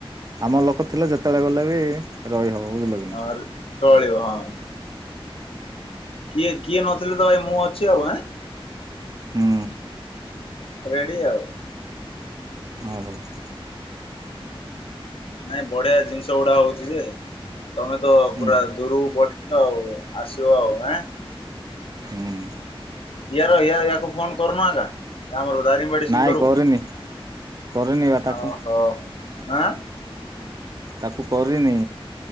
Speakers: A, on the right; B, on the left.
A: ଆମର ଲୋକ ଥିଲେ ଯେତେଳେ ଗଲେ ବି ରହି ହବ ବୁଝିଲ? କି ନା
B: ହଁ ରେ ଚଳିବ ହଁ। କିଏ କିଏ ନଥିଲେ ତ ଭାଇ ମୁଁ ଅଛି ଆଁ।
A: ହୁଁ।
B: ରେଡ଼ି ଆଉ।
A: ହଁ ପରା।
B: ନାଇଁ ବଢିଆ ଜିନିଷ ଗୁଡାକ ହଉଛି ଯେ ତମେ ତ
A: ହୁଁ
B: ପୁରା ଦୂରୁକୁ ପ ଲ ଆଉ ଆସିବ ଆଁ।
A: ହୁଁ।
B: ୟାର ୟା ୟାକୁ ଫୋନ୍ କରୁନୁ ଆକା ଆମର ଦାରିମ୍ବାଡି ସିଙ୍ଗରୁ
A: ନାଇଁ କରିନି କରିନି ବା ତାକୁ
B: ଓ ହୋ ଆଁ
A: ତାକୁ କରିନି।